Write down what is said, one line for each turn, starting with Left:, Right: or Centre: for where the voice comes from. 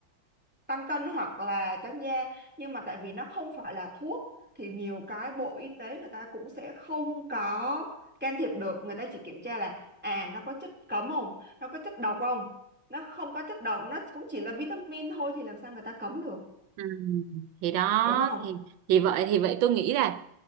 Centre: tăng cân hoặc là trắng da nhưng mà tại vì nó không phải là thuốc thì nhiều cái Bộ Y tế người ta cũng sẽ không có can thiệp được người ta chỉ kiểm tra là à nó có chất cấm không nó có chất độc không nó không có chất độc nó cũng chỉ là vitamin thôi thì làm sao người ta cấm được
Right: ừ thì đó
Centre: đúng không
Right: thì thì vậy thì vậy tôi nghĩ là